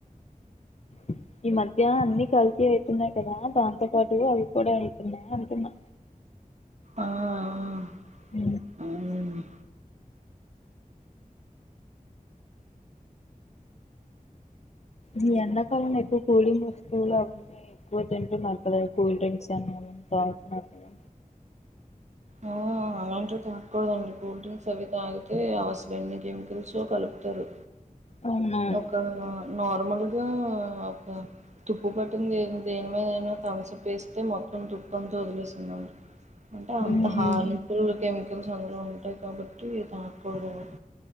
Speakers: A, on the left (about 50°); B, on the right (about 50°).
A: అ ఈ మధ్య అన్నీ కలిసి అయితున్నాయ్ కదా దాంతో పాటు అవి కూడా అయితున్నాయ్ అంటున్నా
B: ఆ ఆ
A: ఊ
B: అవును
A: ఈ ఎండాకాలంలో ఎక్కువ కూలింగ్ వస్తువులు అవున్నాయ్ ఎక్కువ తింటే <unintelligible> కూల్ డ్రింక్స్ అని కదా
B: ఆ, అలాంటివి తాగకూడదండి కూల్ డ్రింక్స్ అవి తాగితే అసలు ఎన్నికెమికల్సో కలుపుతారు
A: అవునవును
B: ఒక నార్మల్గా ఒక తుప్పు పట్టింది దేని మీదయినా తాంసప్ పేస్తే మొత్తం తుప్పంత వదిలేస్తుందండి అంటే అంత
A: ఉమ్
B: హార్మ్ఫుల్ కెమికల్స్ అందులో ఉంటాయి కాబట్టి తాక్కూడదు ఎవరు